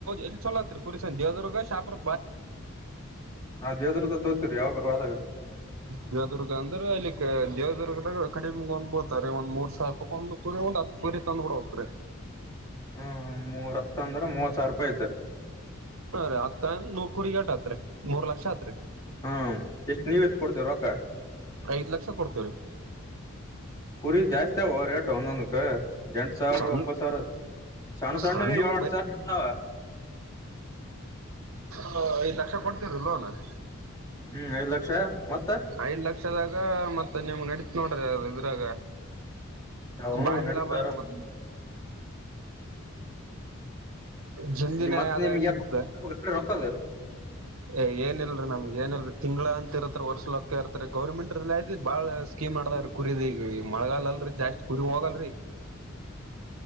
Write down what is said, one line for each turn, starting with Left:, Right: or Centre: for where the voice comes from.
Right: ಎಲ್ಲಿ ಚಲೋ ಆಗ್ತೈತ್ರಿ ಕುರಿ ದೇವದುರ್ಗ, ಶಹಾಪುರ
Left: ನಾವು ದೇವದುರ್ಗತೋರ್ತಿವ್ರಿ ಯಾವಾಗರ ಹೋದಾಗ.
Right: ದೇವದುರ್ಗ ಅಂದ್ರೆ ಅಲ್ಲಿಕ್ಕೆ ದೇವದುರ್ಗದಾಗ ಕಡಿಮಗಂದ್ಬರ್ಡ್ತಾರಿ. ಒಂದ ಮೂರ್ ಸಾವಿರ ಒಂದು ಕುರಿ ಒಂದ್ ಹತ್ತು ಕುರಿ ತಂದು ಬಿಡಬೇಕ್ರಿ.
Left: ಹ್ಮ ಮೂರ ಹತ್ತ ಅಂದ್ರ ಮೂವತ್ ಸಾವಿರ ರೂಪಾಯಿ ಐತ್.
Right: ಹ ರ ಆಗ್ತ ನೂರ್ ಕುರಿ ಟ ಆತ್ರಿ ಮೂರ್ ಲಕ್ಷ ಆತ್ರಿ <unintelligible>
Left: ಹ್ಮ್, ಎಷ್ಟ್ ನೀವೆ ಎಷ್ಟು ಕೊಡ್ತೇರಿ ರೊಕ್ಕ.
Right: ಐದ ಲಕ್ಷ ಕೊಡ್ತೀವಿರಿ.
Left: ಕುರಿ ಜಾಸ್ತಿ ಆವೋ ರೇಟ್ ಒಂದೊಂದಕ್ಕ. ಎಂಟು ಸಾವಿರ,
Right: ಸಣ್ಣ
Left: ಒಂಬತ್ತು ಸಾವಿರ ಸಣ್ಣ -ಸಣ್ಣ
Right: ಸಣ್ಣವು
Left: ಏಳ ಎಂಟು ಸಾವಿರಾವ.
Right: ಹ ಐದ್ ಲಕ್ಷ ಕೊಡ್ತೀವ್ರಿ ಲೋನ್, -
Left: ಹ್ಮ್, ಐದ ಲಕ್ಷ- ಮತ್ತ
Right: ಐದ ಲಕ್ಷದಾಗ ಮತ್ತೆ ನಿಮಗ ನಡೀತದ ನೋಡ್ರಿ ಇದ್ರಾಗ.
Left: ಹ್ಮ
Right: ಬಾರಿ
Left: ನಡೀತಾವ
Right: ಲಾಭ ಅ ಆದ್ರಿ
Left: ಆರಾಮ್
Right: ಮತ್ತ ಜಂಲ್ದಿನೆ
Left: ಮತ್
Right: ಆದಾಯ
Left: ನಿಮ್ಗೆ
Right: ಸಿಗ್ತದ.
Left: ರೊಕ್ಕದ
Right: ಏ ಏನ ಇಲ್ರಿ ನಮ್ಗ ಏನಲ್ರಿ ತಿಂಗಳ ಅಂತ ಇರತರ್ರಿ. ವರ್ಷ ಲೆಕ್ಕ ಇರ್ತ್ರಿ ಗೌರ್ಮೆಂಟ ಲೇದಿ ಬಾಳ ಸ್ಕೀಮ್ ಮಾಡ ಕುರಿದಿ ಈಗ ಈ ಮಳಗಾಲಲ್ರೀ ಜಾಸ್ತಿ ಕುರಿ ಹೋಗಲ್ರೀ.